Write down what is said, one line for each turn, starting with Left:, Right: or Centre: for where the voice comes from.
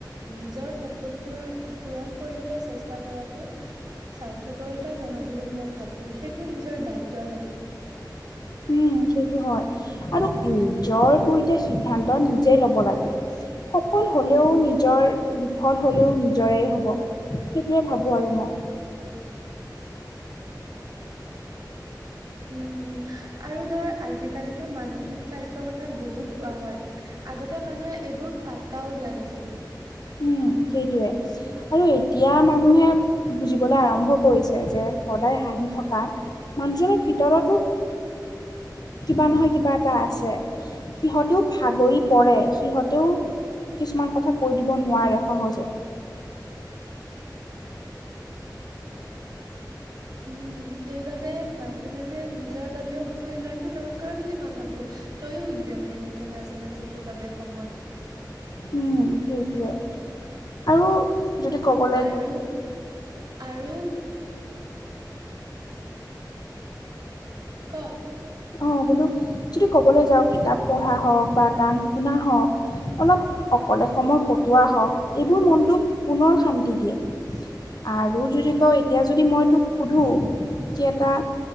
Right: নিজৰ সপোন পূৰণ পূৰণ কৰিবলৈ চেষ্টা কৰাটো স্বাৰ্থপৰতা নহয় বুলি মই ভাবো, সেইটো নিজৰ দায়িত্বহে।
Left: উম, সেইটো হয় আৰু নিজৰটো এতিয়া সিদ্ধান্ত নিজেই ল'ব লাগে। সফল হ'লেও নিজৰ বিফল হ'লেও নিজৰেই হ'ব। সেইটোৱে ভাবোঁ আৰু মই।
Right: উম', উম', আৰু ধৰ আজিকালিতো মানসিক স্বাস্থ্যৰ কথা বহুত কোৱা হয়। আগতে মানুহে এইবোৰ পাত্তাও দিয়া নাছিল।
Left: উম, সেইটোৱে। আৰু এতিয়া মানুহে বুজিবলৈ আৰম্ভ কৰিছে যে সদায় হাঁহি থকা মানুহজনৰ ভিতৰতো, কিবা নহয় কিবা এটা আছে। সিহঁতেও ভাগৰি পৰে সিহঁতেও কিছুমান কথা কৈ দিব নোৱাৰে সহজে।
Right: উম, সেইবাবে মাজে মাজে নিজৰ বাবেও সময় উলোৱাটো দৰ দৰকাৰ বুলি মই ভাবো তইয়ো উলিয়াবি এনেকে মাজে মাজে তোৰ বাবে সময়।
Left: উম, সেইটোৱে, আৰু যদি ক'ব
Right: আৰু, আৰু ক'।
Left: অ', বোলো যদি ক'বলৈ যাওঁ কিতাপ পঢ়া হওঁক বা গান শুনা হওঁক অলপ অকলে সময় কটোৱা হওঁক এইবোৰ মনটোক পুনৰ শান্তি দিয়ে। আৰু যদি কওঁ এতিয়া যদি মই তোক সোধো কি এটা